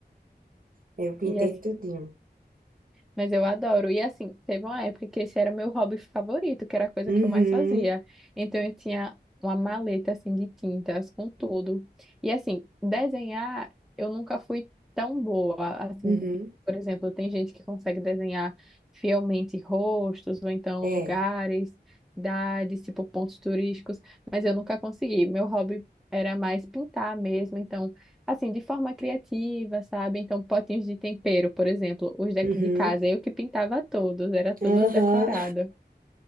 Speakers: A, on the right; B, in the centre.
A: Eu pintei
B: E é
A: tudinho.
B: Mas eu adoro. E assim, teve uma época que esse era meu hobby favorito, que era a coisa
A: Uhum,
B: que eu mais fazia. Então eu tinha uma maleta assim de tintas com tudo. E assim, desenhar eu nunca fui tão boa. Assim,
A: uhum,
B: por exemplo, tem gente que consegue desenhar fielmente rostos ou então
A: é,
B: lugares, cidades, tipo pontos turísticos, mas eu nunca consegui. Meu hobby era mais pintar mesmo, então assim, de forma criativa, sabe? Então, potinhos de tempero, por exemplo, os daqui
A: uhum,
B: de casa, eu que pintava todos, era tudo
A: aham.
B: decorado.